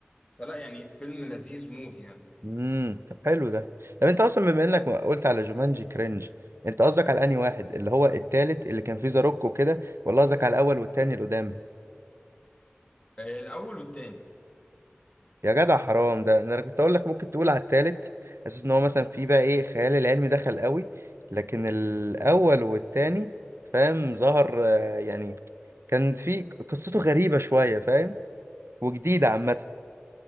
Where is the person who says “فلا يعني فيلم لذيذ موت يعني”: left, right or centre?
Left